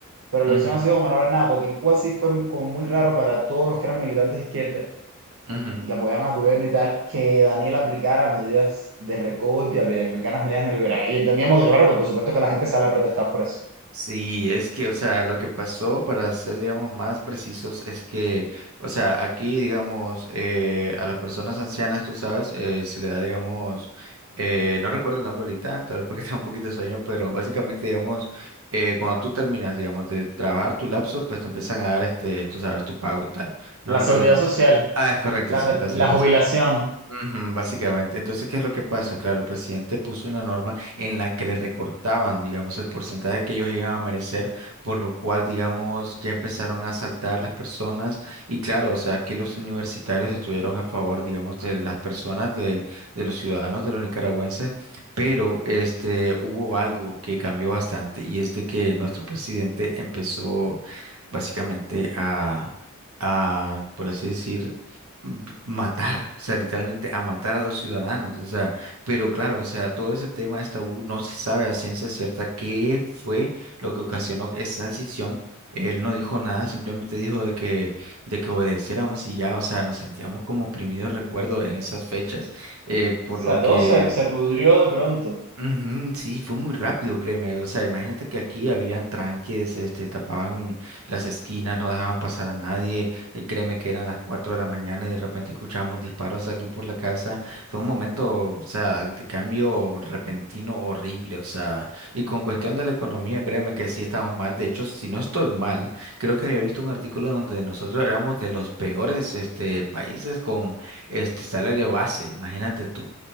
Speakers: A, on the right; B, on the right.
A: pero la
B: Ujú,
A: opción ha sido como no hablar nada, porque en Cuba sí fue como muy raro para todos los que eran militantes de izquierda
B: ujú.
A: y que apoyaban al gobierno y tal, que Daniel aplicara medidas de recorte, aplicara medidas neoliberales. Y entendíamos que, claro, que por supuesto que la gente sale a protestar por eso.
B: Sí, es que, o sea, lo que pasó, para ser, digamos, más precisos, es que, o sea, aquí, digamos, eh, a las personas ancianas, tú sabes, eh, se le da, digamos, eh, no recuerdo el nombre ahorita, tal vez porque <laughs> está un poquito de sueño, pero básicamente, digamos, eh, cuando tú terminas, digamos, de trabajar tu lapso, pues te empiezan a dar, este, tú sabes, tu pago y tal. No
A: La
B: recuerdo
A: seguridad
B: el nombre.
A: social,
B: Ah, es correcto,
A: la,
B: sí,
A: re-
B: gracias,
A: la
B: gracias.
A: jubilación,
B: Ujú, Básicamente. Entonces, ¿qué es lo que pasa? Claro, el presidente puso una norma en la que le recortaban, digamos, el porcentaje que ellos iban a merecer, por lo cual, digamos, ya empezaron a asaltar las personas. Y claro, o sea, aquí los universitarios estuvieron a favor, digamos, de las personas, de, de los ciudadanos, de los nicaragüenses, pero este, hubo algo que cambió bastante y es de que nuestro presidente empezó básicamente a, a, por así decir, b- matar, o sea, literalmente a matar a los ciudadanos, o sea, pero claro, o sea, todo ese tema de esta U no se sabe a ciencia cierta qué fue lo que ocasionó esa decisión. Él no dijo nada, simplemente dijo de que, de que obedeciéramos y ya, o sea, nos sentíamos como oprimidos, recuerdo, en esas fechas, eh, por
A: o sea,
B: lo que
A: todo se, se pudrió de pronto.
B: Ujú, sí, fue muy rápido, créeme. O sea, imagínate que aquí habían tranques, este, tapaban las esquinas, no dejaban pasar a nadie. eh, créeme que eran las 4 de la mañana y de repente escuchábamos disparos aquí por la casa. Fue un momento, o sea, de cambio repentino horrible. O sea, y con cuestión de la economía, créeme que sí estamos mal. De hecho, si no estoy mal, creo que había visto un artículo donde nosotros éramos de los peores, este, países con este salario base. Imagínate tú.